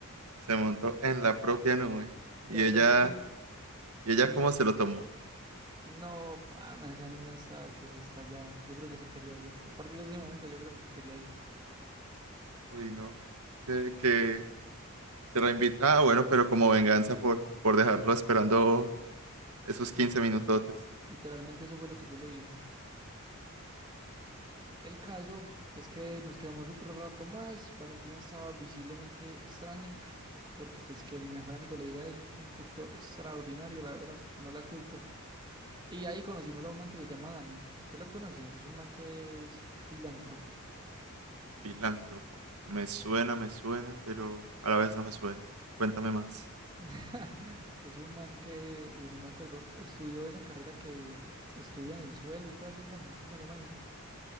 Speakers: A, on the right (about 80°); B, on the right (about 20°).
A: se montó en la propia nube.
B: <laughs>
A: Y
B: La verdad
A: ella,
B: es que
A: ¿y
B: sí.
A: ella cómo se lo tomó?
B: No, pana, esa niña está que se estallaba. Yo creo que se quería ir. A partir de ese momento yo creo que se quería ir.
A: Uy, no. Que, que te la invita. Ah, bueno, pero como venganza por, por dejarlo esperando esos 15 minutotes.
B: Literalmente eso fue lo que yo le dije. El caso es que nos quedamos otro rato más. Valentina estaba visiblemente extraña, <laughs> porque pues que el mejor amigo le diga eso es un poquito extraordinario, la verdad. No la culpo. Y ahí conocimos a un man que se llama Dani. ¿Usted lo conoce? Es un man que es filántropo.
A: Filántropo. Me suena, me suena, pero a la vez no me suena. Cuéntame más.
B: <laughs> Es un man que, uy, no me acuerdo, estudió esa carrera que estudia en el suelo y todas esas vainas. ¿Cómo se llama eso?